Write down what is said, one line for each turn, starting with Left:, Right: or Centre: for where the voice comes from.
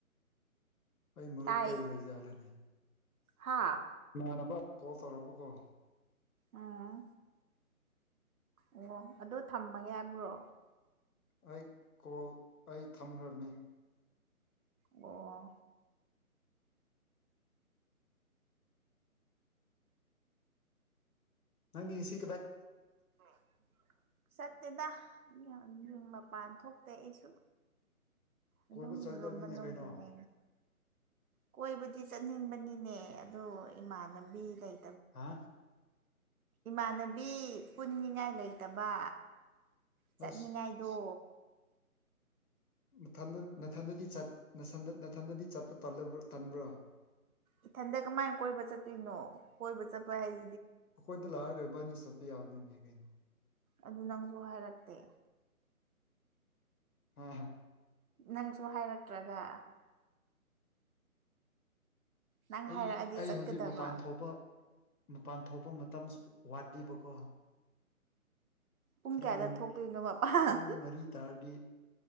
Left: ꯑꯩ ꯃꯔꯨꯞ
Right: ꯇꯥꯏ
Left: ꯀꯩ ꯂꯩꯖꯥꯠꯂꯅꯦ
Right: ꯍꯥ
Left: ꯏꯃꯥꯟꯅꯕ ꯀꯣꯜ ꯇꯧꯔꯛꯄꯀꯣ
Right: ꯑꯥ ꯑꯣ ꯑꯗꯨ ꯊꯝꯃꯒꯦ ꯍꯥꯏꯕ꯭ꯔꯣ
Left: ꯑꯩ ꯀꯣꯜ ꯑꯩ ꯊꯝꯈ꯭ꯔꯕꯅꯤ
Right: ꯑꯣ
Left: ꯅꯪꯒꯤ ꯁꯤ
Right: <inaudible> ꯆꯠꯇꯦꯗ ꯌ ꯃꯄꯥꯟ ꯊꯣꯛꯇꯦ ꯑꯩꯁꯨ ꯑꯗꯨꯝ
Left: ꯀꯣꯏꯕ ꯆꯠꯗꯝꯅꯤꯅꯦ
Right: ꯔꯨꯝ ꯃꯅꯨꯡꯗ
Left: ꯀꯩꯅꯣ
Right: ꯂꯩ ꯀꯣꯏꯕꯗꯤ ꯆꯠꯅꯤꯡꯕꯅꯤꯅꯦ ꯑꯗꯨ ꯏꯃꯥꯟꯅꯕꯤ ꯂꯩ
Left: ꯍꯥ
Right: ꯏꯃꯥꯟꯅꯕꯤ ꯄꯨꯟꯅꯤꯡꯉꯥꯏ ꯂꯩꯇꯕ ꯆꯠꯅꯤꯡꯉꯥꯏꯗꯣ
Left: ꯑꯁ ꯅꯊꯟꯗ ꯅꯊꯟꯗ ꯆꯠ ꯅꯊꯟꯗꯗꯤ ꯆꯠꯄ ꯇꯟꯕ꯭ꯔꯣ
Right: ꯏꯊꯟꯗ ꯀꯃꯥꯏꯅ ꯀꯣꯏꯕ ꯆꯠꯇꯣꯏꯅꯣ ꯀꯣꯏꯕ ꯆꯠꯄ ꯍꯥꯏꯁꯦ
Left: ꯑꯩꯈꯣꯏꯗ ꯂꯥꯛꯑꯒ ꯏꯕꯥꯅꯤ ꯆꯠꯄ ꯌꯥꯕꯅꯤꯅꯦ ꯀꯩꯅꯣ
Right: ꯑꯗꯨ ꯅꯪꯁꯨ ꯍꯥꯏꯔꯛꯇꯦ
Left: ꯑ ꯍ
Right: ꯅꯪꯁꯨ ꯍꯥꯏꯔꯛꯇ꯭ꯔꯒ ꯅꯪ
Left: ꯑꯩ
Right: ꯍꯥꯏꯔꯛꯑꯗꯤ
Left: ꯑꯩ
Right: ꯆꯠꯀꯗꯕ
Left: ꯍꯧꯖꯤꯛ ꯃꯄꯥꯟ ꯊꯣꯛꯄ ꯃꯄꯥꯟ ꯊꯣꯛꯄ ꯃꯇꯝ ꯋꯥꯠꯂꯤꯕꯀꯣ
Right: ꯄꯨꯡ
Left: ꯈꯔ
Right: ꯀꯌꯥꯗ
Left: ꯅꯨꯃꯤ
Right: ꯊꯣꯛꯇꯣꯏꯅꯣ ꯃꯄꯥꯟ
Left: ꯄꯨꯡ ꯃꯔꯤ ꯇꯥꯔꯗꯤ